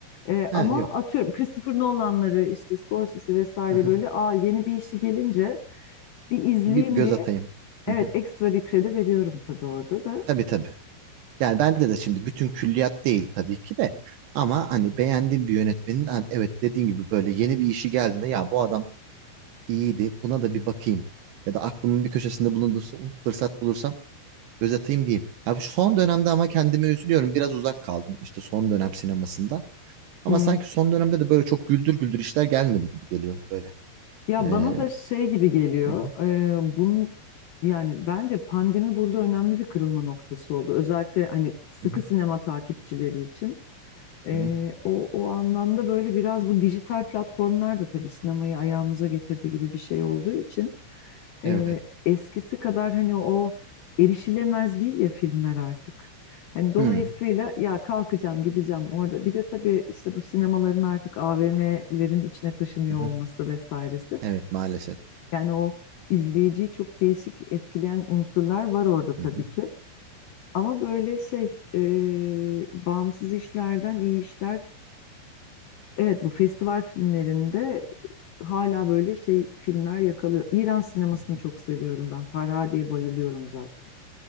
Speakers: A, on the left; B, on the right.
A: e,
B: ha,
A: ama
B: yok.
A: atıyorum Christopher Nolan'ları işte Scorsese vesaire
B: Hı hı.
A: böyle aa yeni bir işi gelince bir izleyeyim
B: Bir göz
A: diye
B: atayım.
A: evet
B: Hı hı.
A: ekstra bir kredi veriyorum tabii orada da.
B: Tabii tabii. Yani bende de şimdi bütün külliyat değil tabii ki de. Ama hani beğendiğim bir yönetmenin ha, evet dediğin gibi böyle yeni bir işi geldiğinde ya bu adam iyiydi. Buna da bir bakayım. Ya da aklımın bir köşesinde bulundursun. Fırsat bulursam göz atayım diyeyim. Ya bu son dönemde ama kendime üzülüyorum. Biraz uzak kaldım işte son dönem sinemasından. Ama
A: Hı.
B: sanki son dönemde de böyle çok güldür güldür işler gelmedi gibi geliyor böyle.
A: Ya
B: Ee,
A: bana da şey gibi geliyor.
B: hı hı,
A: eee, bunun yani bence pandemi burada önemli bir kırılma noktası oldu. Özellikle hani sıkı
B: hı hı,
A: sinema takipçileri için. Eee,
B: hı hı.
A: o, o anlamda böyle biraz bu dijital platformlar da tabii sinemayı ayağımıza getirdi gibi bir şey olduğu için eee,
B: Evet.
A: eskisi kadar hani o erişilemez değil ya filmler artık. Hani dolayısıyla
B: Hı,
A: ya kalkacağım gideceğim orada. Bir de tabii işte bu sinemaların artık AVM'lerin içine taşınıyor
B: hı hı.
A: olması vesairesi.
B: Evet maalesef.
A: Yani o izleyiciyi çok değişik etkileyen unsurlar var orada
B: Hı
A: tabii
B: hı,
A: ki. Ama böyle şey e, bağımsız işlerden iyi işler. Evet bu festival filmlerinde hala böyle şey filmler yakalıyor. İran sinemasını
B: hı hı.
A: çok seviyorum ben. Farhadiye bayılıyorum zaten.